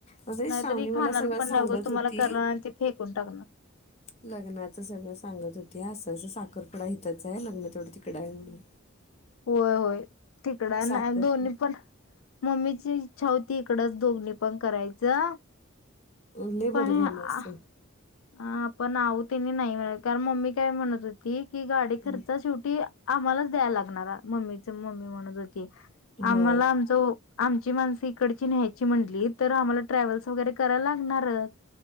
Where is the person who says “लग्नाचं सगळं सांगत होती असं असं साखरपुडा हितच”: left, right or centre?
Left